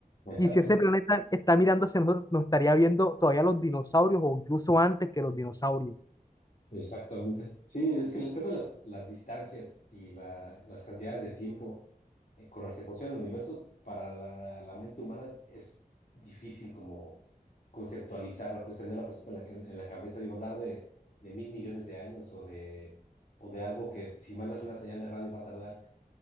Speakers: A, on the left; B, on the left.
A: Exacto.
B: Y si ese planeta está mirando hacia nosotros, nos estaría viendo todavía los dinosaurios o incluso antes que los dinosaurios.
A: Exactamente. Sí, es que creo que las, las distancias y la- las cantidades de tiempo eh, con las que funciona el universo para la, la mente humana es difícil como conceptualizarla, pues tenerla presente en la, en- en la cabeza. Digo, hablar de, de mil millones de años o de, o de algo que si mandas una señal de radio va a tardar